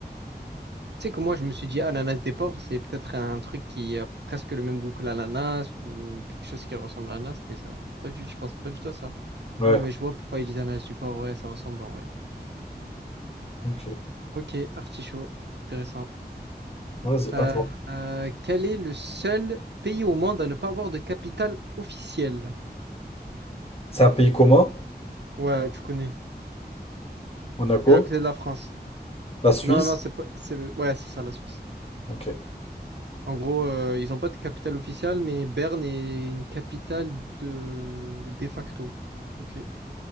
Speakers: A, on the right (about 80°); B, on the left (about 35°).
A: sais que moi, je me suis dit, ah l'ananas des pauvres, c'est peut-être un truc qui a presque le même goût que l'ananas ou quelque chose qui ressemble à l'ananas, mais ça, pas du, je pense pas du tout à ça.
B: Ouais,
A: Ah ouais, mais je vois pourquoi ils disent ananas du pauvre, ouais, ça ressemble en vrai.
B: ok.
A: Ok, artichaut, intéressant.
B: Vas-y,
A: Euh,
B: attends.
A: euh, quel est le seul pays au monde à ne pas avoir de capitale officielle?
B: C'est un pays commun?
A: Ouais, tu connais.
B: Monaco?
A: C'est à côté de la France.
B: La Suisse?
A: Non, non, c'est pas, c'est, ouais, c'est ça, la Suisse.
B: Ok.
A: En gros, euh, ils n'ont pas de capitale officielle, mais Berne est une capitale de, de facto. Ok.